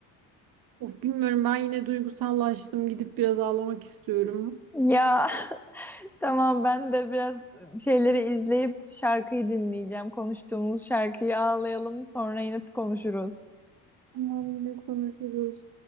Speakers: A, on the right; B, in the centre.
A: Of bilmiyorum ben yine duygusallaştım. Gidip biraz ağlamak istiyorum.
B: Ya Tamam ben de biraz şeyleri izleyip şarkıyı dinleyeceğim. Konuştuğumuz şarkıyı ağlayalım sonra yine konuşuruz.
A: Tamam yine konuşuruz.